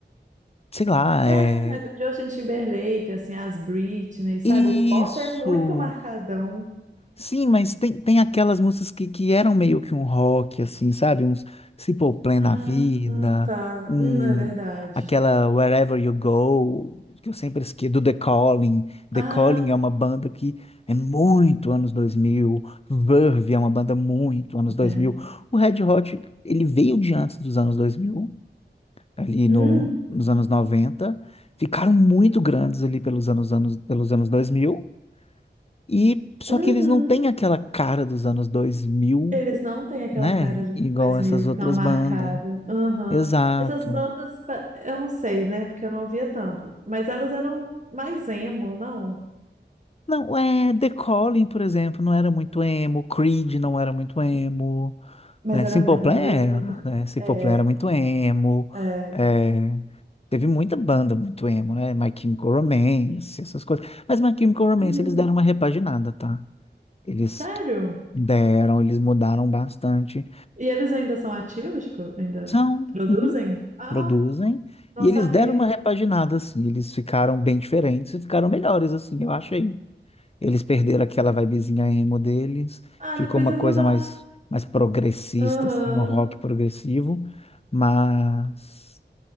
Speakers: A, on the left; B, on the right.
A: sei lá,
B: É,
A: é,
B: Justin Timberlake, assim, as Britney, sabe?
A: isso,
B: O pop é muito marcadão.
A: Sim, mas tem, tem aquelas músicas que, que eram meio que um rock, assim, sabe? Uns simple Plan
B: Ah,
A: na Vida,
B: tá.
A: um,
B: Hum, é verdade.
A: aquela Wherever You Go, que eu sempre esqueço, do The Calling. The
B: Ah,
A: Calling é uma banda que é muito anos dois mil Verve é uma banda muito anos dois
B: é.
A: mil O Red Hot, ele veio de antes dos anos 2000 ali
B: Hum,
A: no, nos anos noventa ficaram muito grandes ali pelos anos, anos, pelos anos dois mil e só
B: uhum.
A: que eles não têm aquela cara dos anos dois mil
B: Eles não têm aquela
A: né?
B: cara de
A: Igual
B: 2000
A: essas outras
B: tão marcada.
A: bandas.
B: Aham.
A: Exato.
B: Essas bandas, pa- eu não sei, né? Porque eu não ouvia tanto. Mas elas eram mais emo, não?
A: Não, é The Calling, por exemplo, não era muito emo, Creed não era muito emo,
B: Mas
A: né?
B: era
A: Simple
B: muito
A: Plan
B: anos
A: era,
B: 2000.
A: né? Simple
B: É,
A: Plan era muito emo.
B: é.
A: é, Teve muita banda muito emo, né? My Chemical Romance, essas coisas. Mas My Chemical Romance
B: Uhum.
A: eles deram uma repaginada, tá? Eles
B: Sério?
A: deram, eles mudaram bastante.
B: E eles ainda são ativos? Tipo, ainda
A: São.
B: produzem?
A: uhum.
B: Ah,
A: produzem,
B: não
A: e
B: sabia.
A: eles deram uma repaginada, assim, eles ficaram bem diferentes e ficaram melhores, assim, eu achei. Eles perderam aquela vibezinha emo deles,
B: Ah,
A: ficou
B: depois
A: uma
B: eu
A: coisa
B: vou dar.
A: mais, mais progressista,
B: Aham.
A: assim, um rock progressivo, mas